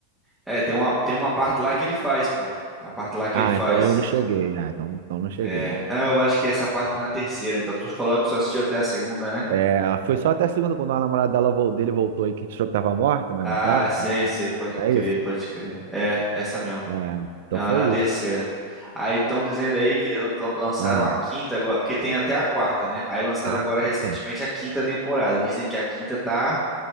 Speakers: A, in the centre; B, on the right.
A: É, tem uma, tem uma parte lá que ele faz, pô. A parte lá que
B: Ah,
A: ele faz.
B: então eu não cheguei. Ah, então, então não cheguei.
A: É. Ah, eu acho que essa parte é na terceira. Então tu falou que só assistiu até a segunda, né?
B: É, foi só até a segunda, quando a namorada dela, vol- dele voltou e que a gente achou que tava morta, mas
A: Ah,
B: não tava,
A: sei,
B: sei lá.
A: sei. Pode
B: Não é
A: crer,
B: isso?
A: pode crer. É, essa mesmo.
B: É, então
A: Não,
B: foi
A: é na terceira.
B: isso.
A: Aí estão dizendo aí que ela- tão- lançaram
B: Ah,
A: a quinta agora, porque tem até a quarta, né? Aí lançaram
B: caraca.
A: agora recentemente a quinta temporada. Dizem que a quinta tá.